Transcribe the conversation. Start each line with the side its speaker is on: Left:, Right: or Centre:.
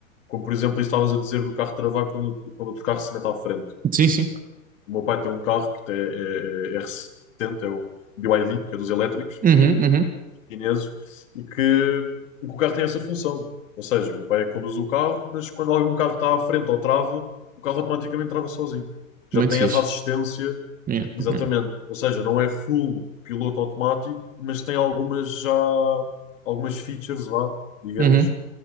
Left: Como por exemplo, isso estavas a dizer do carro travar quando, quando outro carro se mete à frente.
Right: Sim, sim.
Left: O meu pai tem um carro que tem- é, é- é recente, é o BYD, que é dos elétricos,
Right: Uhum, uhum.
Left: chineses e que, e que o carro tem essa função. Ou seja, o meu pai é que conduz o carro, mas quando algum carro está à frente ou trava, o carro automaticamente trava sozinho. Já
Right: Muito
Left: tem
Right: fixe.
Left: essa assistência,
Right: Yeah,
Left: exatamente.
Right: yeah.
Left: Ou seja, não é full piloto automático, mas tem algumas já algumas features, vá, digamos,
Right: Uhum.